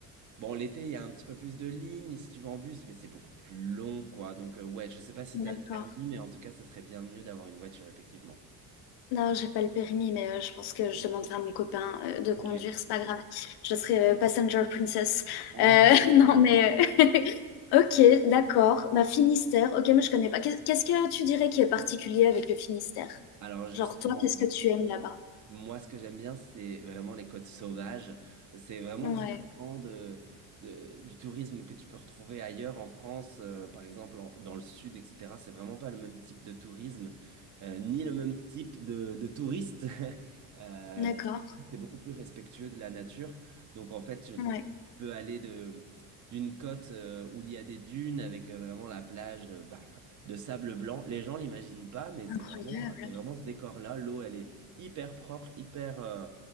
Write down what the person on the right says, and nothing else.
bon, l'été, il y a un petit peu plus de lignes si tu vas en bus, mais c'est beaucoup plus long, quoi. Donc, euh, ouais, je ne sais pas si
tu as le permis, mais en tout cas, ça serait bien mieux d'avoir une voiture, effectivement.
Ok.
Ah,
alors, justement,
ouais.
Moi, ce que j'aime bien, c'est vraiment les côtes sauvages. C'est vraiment
différent de, de- du tourisme que tu peux retrouver ailleurs en France, euh, par exemple en- dans le sud, etc. C'est vraiment pas le même type de tourisme, euh, ni le même type de, de touriste. <laughs> Euh,
c'est beaucoup plus respectueux de la nature. Donc, en fait, tu,
tu peux aller de, d'une côte, euh, où il y a des dunes avec euh, vraiment la plage, euh, bah, de sable blanc. Les gens l'imaginent pas, mais c'est
vraiment, c'est vraiment ce décor-là. L'eau, elle est hyper propre, hyper, euh,